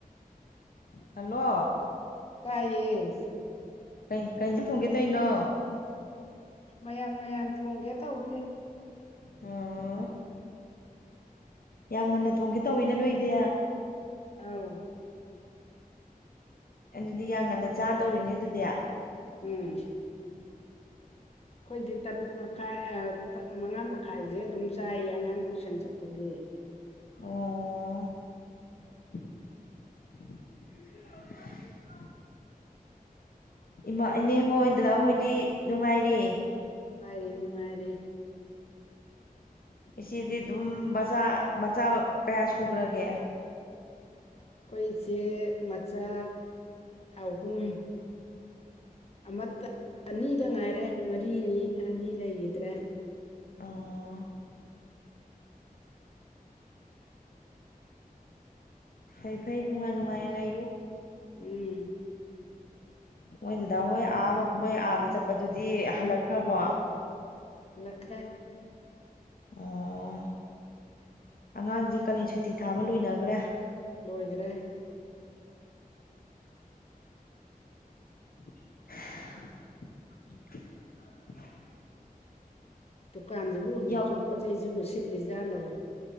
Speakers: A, on the left; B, on the left.
A: ꯍꯜꯂꯣ
B: ꯇꯥꯏꯌꯦ
A: ꯀꯩ ꯀꯩ ꯏꯟꯖꯥꯡ ꯊꯣꯡꯒꯦ ꯇꯩꯅꯣ
B: ꯃꯌꯥꯟ ꯃꯌꯥꯟ ꯊꯣꯡꯒꯦ ꯇꯧꯔꯤ
A: ꯑꯣ ꯌꯥꯝ ꯉꯟꯅ ꯊꯣꯡꯒꯦ ꯇꯧꯋꯤꯅ ꯅꯣꯏꯗꯤ
B: ꯑꯥꯎ
A: ꯑꯗꯨꯗꯤ ꯌꯥꯝ ꯉꯟꯅ ꯆꯥꯗꯧꯔꯤꯅꯦ ꯑꯗꯨꯗꯤ
B: ꯎꯝ ꯑꯩꯈꯣꯏꯗꯤ ꯇꯔꯨꯛ ꯃꯈꯥꯏ ꯃꯉꯥ ꯃꯈꯥꯏꯁꯦ ꯑꯗꯨꯝ ꯆꯥꯏꯌꯦ ꯑꯉꯥꯡ ꯇꯨꯏꯁꯟ ꯆꯠꯄꯒꯤ
A: ꯑꯣ <unintelligible> ꯏꯃꯥ ꯏꯅꯦ ꯍꯣꯏ ꯗꯗꯥ ꯍꯣꯏꯗꯤ ꯅꯨꯡꯉꯥꯏꯔꯤ
B: ꯅꯨꯡꯉꯥꯏꯔꯤ ꯅꯨꯡꯉꯥꯏꯔꯤ
A: ꯏꯆꯦꯗꯤ ꯑꯗꯨꯝ ꯃꯆꯥ ꯃꯆꯥ ꯀꯌꯥ ꯁꯨꯒ꯭ꯔꯒꯦ
B: ꯑꯩꯈꯣꯏ ꯏꯆꯦ ꯃꯆꯥ ꯑꯍꯨꯝ ꯑꯃꯠꯇ ꯑꯅꯤꯗ ꯉꯥꯏꯔꯦ ꯃꯔꯤꯅꯤ ꯑꯅꯤ ꯂꯩꯒꯤꯗ꯭ꯔꯦ
A: ꯑꯥ ꯐꯩ ꯐꯩ ꯅꯨꯡꯉꯥꯏ ꯅꯨꯡꯉꯥꯏꯅ ꯂꯩꯌꯨ
B: ꯎꯝ
A: ꯃꯣꯏ ꯗꯗꯥ ꯍꯣꯏ ꯑꯥ ꯃꯣꯏ ꯑꯥꯗ ꯆꯠꯄꯗꯨꯗꯤ ꯍꯜꯂꯛꯈ꯭ꯔꯕꯣ
B: ꯂꯛꯈꯔꯦ
A: ꯑꯥ ꯑꯉꯥꯡꯖꯤꯡ ꯀꯂꯦꯟ ꯁꯨꯇꯤ ꯊꯥꯕ ꯂꯣꯏꯅꯒ꯭ꯔꯦ
B: ꯂꯣꯏꯒ꯭ꯔꯦ
A: <unintelligible>
B: ꯗꯨꯀꯥꯟꯖꯤꯕꯨ ꯍꯧꯖꯤꯛꯁꯨ
A: ꯌꯥꯎ
B: ꯄꯣꯠꯆꯩꯖꯤꯕꯨ ꯁꯤꯠꯂꯤꯖꯥꯠꯂꯣ